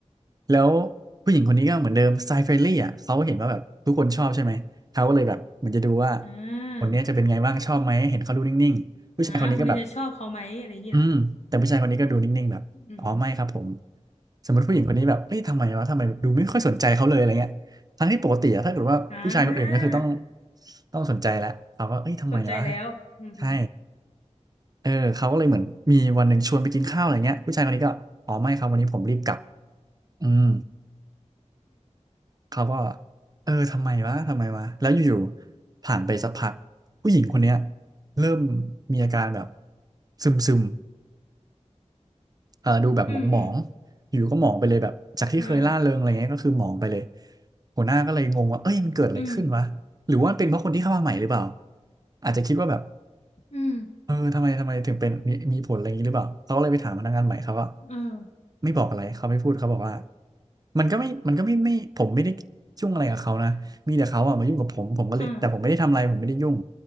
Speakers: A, on the right (about 30°); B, on the left (about 60°).
A: แล้วผู้หญิงคนนี้ก็เหมือนเดิมสไตล์เฟรนลี่อ่ะเขาเห็นว่าแบบทุกคนชอบใช่ไหมเขาก็เลยแบบเหมือนจะดูว่า
B: อ่า
A: คนเนี้ยจะเป็นไงบ้างชอบไหมเห็นเขาดูนิ่งๆผู้ชายคนนี้ก็แบบ
B: อ่าคนนี้จะชอบเขาไหมอะไรอย่างนี้เหรอ
A: อืมแต่ผู้ชายคนนี้ก็ดูนิ่งๆแบบอ๋อไม่ครับผม
B: อืมอืม
A: สมมติผู้หญิงคนนี้แบบเฮ้ยทำไมวะทำไมแบบดูไม่ค่อยสนใจเขาเลยอะไรเงี้ยทั้งที่ปกติอะถ้าเกิดว่าผู้ชายคนอื่นก็คือต้อง
B: อ่า
A: ต้องสนใจแหละเขาก็เอ้ยทำไมวะ
B: สนใจแล้วอืมอืม
A: ใช่เออเขาก็เลยเหมือนมีวันหนึ่งชวนไปกินข้าวอะไรเงี้ยผู้ชายคนนี้ก็อ๋อไม่ครับวันนี้ผมรีบกลับอืม เขาก็เออทำไมวะทำไมวะแล้วอยู่ๆผ่านไปสักพักผู้หญิงคนเนี้ยเริ่มมีอาการแบบซึมซึมเออดูแบบหมองหมอง
B: อืมอืม
A: อยู่ก็หมองไปเลยแบบจากที่เคยร่าเริงอะไรเงี้ยก็คือหมองไปเลย
B: อืมอ่า
A: หัวหน้าก็เลยงงว่าเอ้ยมันเกิดอะไรขึ้นวะหรือว่ามันเป็นเพราะคนที่เข้ามาใหม่หรือเปล่า
B: อืม
A: อาจจะคิดว่าแบบ
B: อืม
A: เออทำไมทำไมถึงเป็นมีมีผลอะไรอย่างนี้หรือเปล่าเขาก็เลยไปถามพนักงานใหม่เขาก็
B: เออ
A: ไม่บอกอะไรเขาไม่พูดเขาบอกว่ามันก็ไม่มันก็ไม่ไม่ผมไม่ได้ยุ่งอะไรกับเขานะมีแต่เขาอะมายุ่งกับผมผมก็เลยแต่ผมไม่ได้ทำอะไรผมไม่ได้ยุ่ง
B: เอ่า